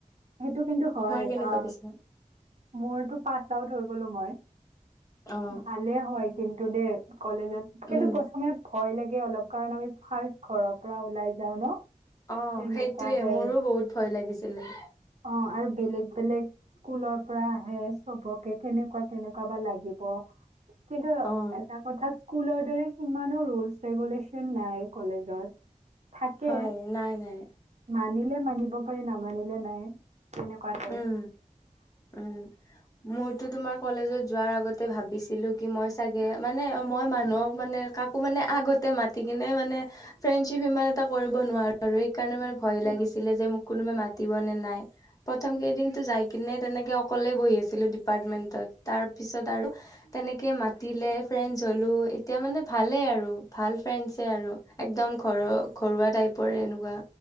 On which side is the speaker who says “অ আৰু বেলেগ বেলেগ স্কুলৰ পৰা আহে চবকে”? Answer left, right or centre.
Right